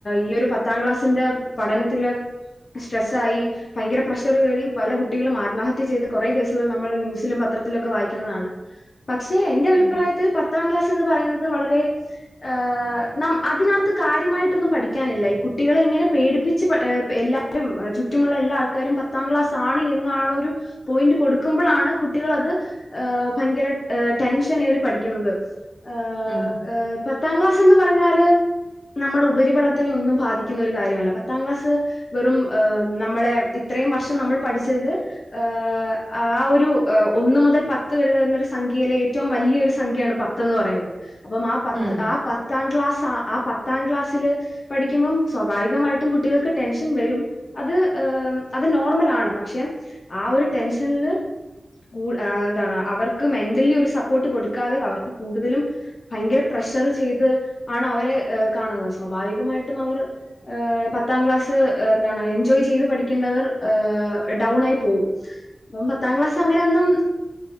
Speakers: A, on the left (about 60°); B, in the centre.
A: ഈ ഒരു പത്താം ക്ലാസിന്റെ പഠനത്തില് സ്ട്രെസ്സായി ഭയങ്കര പ്രഷർ കേറി പല കുട്ടികളും ആത്മഹത്യ ചെയ്ത് കുറേ കേസുകൾ നമ്മൾ ന്യൂസിലും പത്രത്തിലൊക്കെ വായിക്കുന്നതാണ് പക്ഷെ എന്റെ അഭിപ്രായത്തിൽ
B: ഉം
A: പത്താം ക്ലാസ് എന്ന് പറയുന്നത് വളരെ ആഹ് അതിനകത്ത് കാര്യമായിട്ടൊന്നും പഠിക്കാനില്ല കുട്ടികളെ ഇങ്ങനെ പേടി പ്പിച്ച് ഏ എല്ലാരും ചറ്റുമുള്ള എല്ലാ ആൾക്കാരും പത്താം ക്ലാസ് ആണ് എന്നാണൊരു പോയിന്റ് കൊടുക്കുമ്പോഴാണ് കുട്ടികൾ അത് ഭയങ്കര ടെൻഷൻ ഏറി പഠിക്കുന്നത് ആഹ്
B: ഉം
A: ഏഹ് പത്താം ക്ലാസ്ന്ന് പറഞ്ഞാല് നമ്മുടെ ഉപരിപഠത്തിനെ ഒന്നും ബാധിക്കുന്ന ഒരു കാര്യമല്ല പത്താം ക്ലാസ് വെറും ആഹ് നമ്മളെ അത്രയും വർഷം നമ്മൾ പഠിച്ചത് ആഹ് ആ ഒരു ഒന്നു മുതൽ പത്ത് വരെ വരുന്ന ഒരു സംഖ്യയിലെ ഏറ്റവും വല്യൊരു സംഖ്യയാണ് പത്ത് ന്ന് പറയുന്നത്. അപ്പം ആ പത്ത്ആ
B: ഉം
A: പത്താം ക്ലാസാ ആപത്ത് പത്താം ക്ലാസില് പഠിക്കുമ്പോം സ്വാഭാവികമായിട്ടും കുട്ടികൾക്ക് ടെൻഷൻ വരും. അത് ഏം നോർമലാണ് പക്ഷെ ആ ഒരു ടെൻഷനില് കൂടു എന്താണ് അവർക്ക് മെന്റലി ഒരു സപ്പോർട്ട് കൊടുക്കാതെ അവർക്ക് കൂടുതലും ഭയങ്കര പ്രതേ പ്രഷർ ചെയ്ത് ആണ് അവരെ ഏ കാണുന്നത്. സ്വാഭാവികമായിട്ടും അവർ ഏ പത്താം ക്ലാസ്സ് എന്താണ് എൻജോയ് ചെയ്ത് പഠിക്കേണ്ടവർ ഏഹ് ഡൗൺ ആയി പോവും. അപ്പം പത്താം ക്ലാസ് അങ്ങനെ ഒന്നും